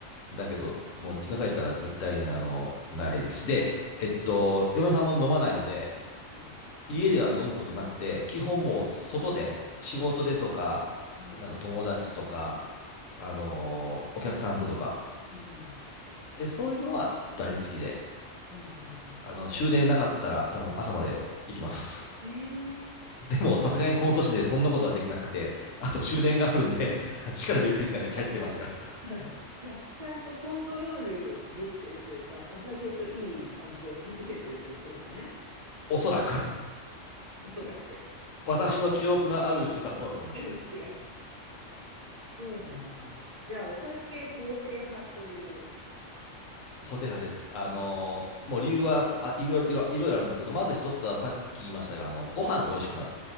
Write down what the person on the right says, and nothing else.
うん。
うん。
うん。
うんうんう
ん。ええ
はい。じゃあ、ちゃんとコントロールできてるというか、お酒といい関係を築けてるってことですね。
おそらく。
うちは。そうなんだ。じゃあ、お酒肯定派という感じ。